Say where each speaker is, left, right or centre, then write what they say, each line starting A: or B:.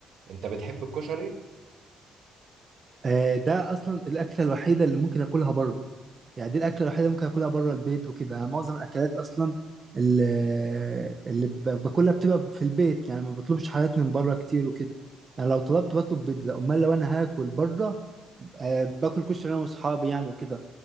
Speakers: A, on the right; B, on the right.
A: انت بتحب الكشري
B: آه ده اصلا الاكله الوحيده اللي ممكن اكلها بره يعني دي الاكله الوحيده اللي ممكن اكلها بره البيت وكده يعني معظم الاكلات اصلا اللي, اللي ب- باكلها بتبقى في البيت يعني ما بطلبش حاجات من بره كتير وكده يعني لو طلبت بطلب بيتزا امال لو انا هاكل بره آه، باكل كشري انا واصحابي يعني وكده